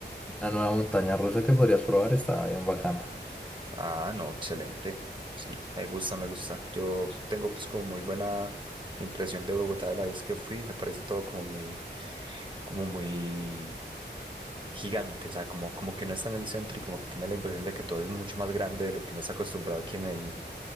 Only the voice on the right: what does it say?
Ah, no, excelente. Sí, me gusta, me gusta. Yo tengo pues como muy buena impresión de Bogotá de la vez que fui. Me parece todo como muy, como muy gigante. O sea, como, como que uno está en el centro y como que tiene la impresión de que todo es mucho más grande de lo que uno está acostumbrado aquí en Medellín.